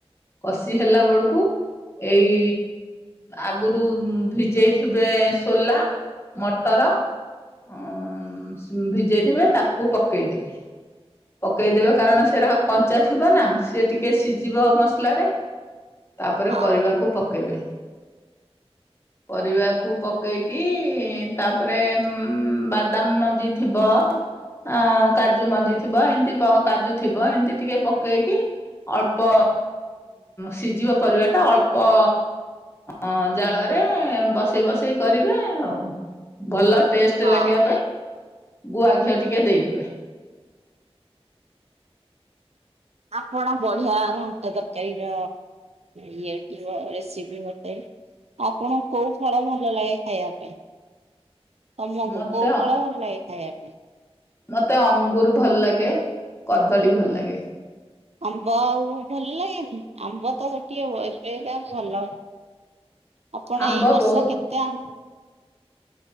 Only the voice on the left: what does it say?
କଷି ହେଲା ବେଳକୁ ଏଇ ଆଗରୁ ଭିଜେଇଥିବେ ସୋଲା ମଟର ଉମ ଭିଜେଇଦବେ ତାକୁ ପକେଇଦବେ। ପକାଇଦେବେ କାରଣ ସେଇଟ କଞ୍ଚା ଥିବ ନା ସେ ଟିକେ ସିଝିବ ମସଲାରେ। ତାପରେ
ପରିବାକୁ ପକେଇବେ। ପରିବାକୁ ପକେଇକି ତାପରେ ବାଦାମ ମଞ୍ଜି ଥିବ ଅ କାଜୁ ମଞ୍ଜି ଥିବ ଏମିତି କାଜୁ ଥିବ ଏମିତି ଟିକେ ପକେଇକି ଅଳ୍ପ ସିଝିବ ପରିବା ଟା ଅଳ୍ପ ଅଁ ଜାଳ ବସେଇ ବସେଇ କରିବେ ଆଉ ଭଲ ଟେଷ୍ଟ
ଲାଗିବା ପାଇଁ ଗୁଆ ଘିଅ ଟିକେ ଦେଇଦେବେ।
ମତେ
ମତେ ଅଙ୍ଗୁର ଭଲ ଲାଗେ କଦଳୀ ଭଲ ଲାଗେ।
ଆମ୍ବ
ବହୁତ